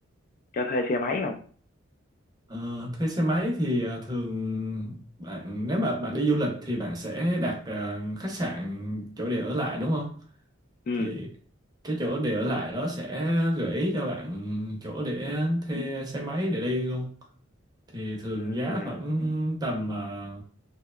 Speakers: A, on the left; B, on the right.
A: cho thuê xe máy không
B: Ờ, thuê xe máy thì ờ, thường bạn nếu mà bạn đi du lịch thì bạn sẽ đặt ờ, khách sạn chỗ để ở lại đúng không
A: ừ.
B: thì cái chỗ để ở lại đó sẽ gợi ý cho bạn chỗ để thuê xe máy để đi luôn thì thường
A: ừ.
B: giá khoảng tầm ờ,